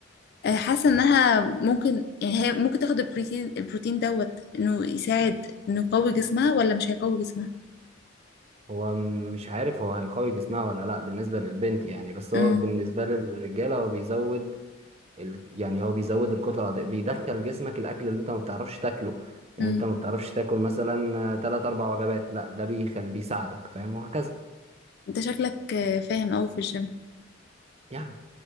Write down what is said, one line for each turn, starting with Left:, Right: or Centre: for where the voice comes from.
Left: آه، حاسه انها ممكن يعني هي ممكن تاخد البروتين البروتين دوت انه يساعد انه يقوي جسمها ولا مش هيقوي جسمها
Right: هو مش عارف هو هيقوي جسمها ولا لا بالنسبة للبنت يعني بس هو
Left: امم
Right: بالنسبة للرجالة هو بيزود ال- يعني هو بيزود الكتلة العضلية بيدخل جسمك الأكل اللي أنت ما بتعرفش تاكله يعني
Left: امم
Right: أنت ما بتعرفش تاكل مثلا آه، تلات أربع وجبات لا ده بيخلي بيساعدك فاهم وهكذا
Left: انت شكلك آه، فاهم قوي في الجيم
Right: يعني